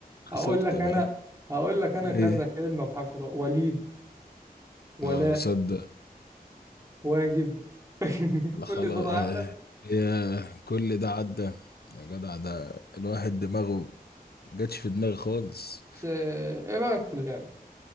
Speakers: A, on the left (about 80°); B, on the right (about 20°).
A: خسرت
B: هقول لك
A: تمام
B: أنا هقول لك أنا
A: ايه
B: كذا كلمة بحرف الواو وليد ولاء
A: اه صدق
B: واجب <laughs>
A: لا
B: كل
A: خلاص
B: ده عنك
A: آه. يا كل ده عدى يا جدع ده الواحد دماغه ما جاتش في دماغي خالص
B: بس إيه رأيك في اللعبة؟